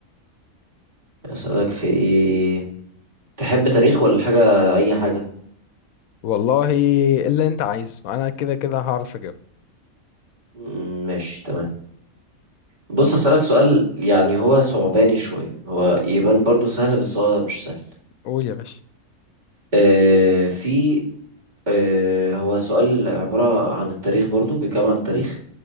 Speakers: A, on the right; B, on the left.
A: أسألك في إيه تحب تاريخ ولا حاجة أي حاجة
B: والله اللي أنت عايزه أنا كده كده هعرف أجاوب
A: مم، ماشي تمام بص أسألك سؤال يعني هو صعباني شوية هو يبان برضو سهل بس هو مش سهل
B: قول يا باشا
A: آه في آه هو سؤال عبارة عن التاريخ برضو بيتكلم عن التاريخ